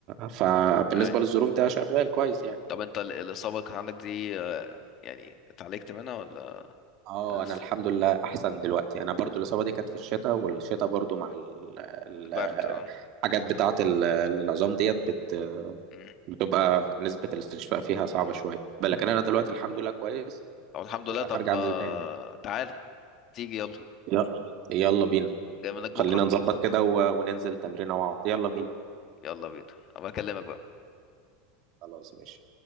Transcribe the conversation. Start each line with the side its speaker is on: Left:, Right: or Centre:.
Right: فبالنسبة
Left: ايوه
Right: للظروف ده شغال كويس يعني
Left: طب انت ال- الإصابة كان عندك دي آه، يعني اتعالجت منها ولا
Right: اه
Left: لسه
Right: انا الحمد لله احسن دلوقتي انا برضو الاصابه دي كانت في الشتاء والشتاء برضو مع ال- ال-
Left: البرد اه
Right: الحاجات بتاعه ال- العظام ديت بت
Left: مم.
Right: بتبقى نسبه الاستشفاء فيها صعبه شويه بل لكن انا دلوقتي الحمد لله كويس
Left: او الحمد
Right: وهرجع
Left: لله طب آه،
Right: انزل تاني يعني.
Left: تعال تيجي يلا
Right: يلا يلا بينا
Left: جاي منك بكرة
Right: خلينا نظبط كده و- وننزل تمرينه مع بعض يلا بينا
Left: يلا بينا ابقى اكلمك بقى
Right: خلاص ماشي